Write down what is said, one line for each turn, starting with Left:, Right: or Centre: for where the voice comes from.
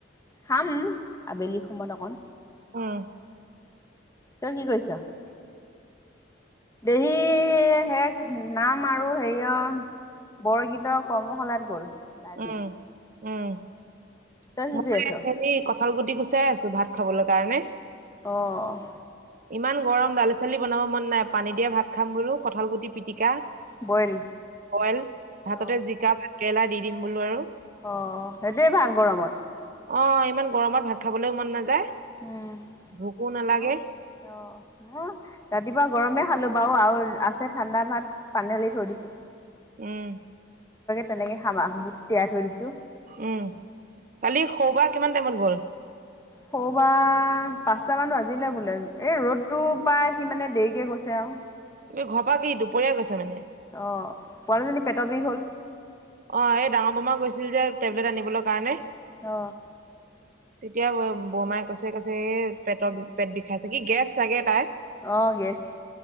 Left: খাম আবেলি সময়ত অকণ
Right: অ',
Left: তই কি কৈছ দেহি শেষ নাম আৰু হেৰিয়ৰ বৰগীতৰ কৰ্মশালাত গ'ল <unintelligible>
Right: উম উম
Left: তই কি
Right: মই
Left: কৰি আছ
Right: হেৰি কঠাল গুটি গুচাই আছো ভাত খাবলৈ কাৰণে
Left: অহ,
Right: ইমান গৰম দালি-চালি বনাব মন নাই, পানী দিয়া ভাত খাম বুলো কঁঠাল গুটি পিটিকা।
Left: বইল
Right: বইল ভাততে
Left: অ
Right: জিকা ভাতকেৰেলা দি দিম বোলো আৰু।
Left: অ সেইটোৱে ভাল গৰমত।
Right: অ ইমান গৰমত ভাত খাবলৈও মন নাযায়।
Left: উম
Right: ভোকো নালাগে
Left: উ অ উম ৰাতিপুৱা গৰমে খালো বাৰু আৰু আছে ঠাণ্ডা ভাত পানীালি থৈ দিছো।
Right: উম
Left: তেনেকে খাম আৰু বুট তিয়াই থৈ দিছো।
Right: উম কালি শৌবা কিমান টাইমত গ'ল?
Left: স'বা পাঁচটা মান বাজিলে বোলে, এই ৰ'দতটো প্ৰায় সি মানে দেৰিকে গৈছে আৰু।
Right: ঘৰা কি দুপৰীয়া গৈছে মানে।
Left: অ পোৱালিজনী পেটৰ বিষ হ'ল।
Right: অ এই ডাঙৰ বোমা গৈছিল যে টেবলেট আনিবলৈ কাৰণে।
Left: অ।
Right: তেতিয়া বৰমাই কৈছে কৈছে এ পেটৰ পেট বিষাইছে। কি গেছ চাগে তাই?
Left: অ গেছ,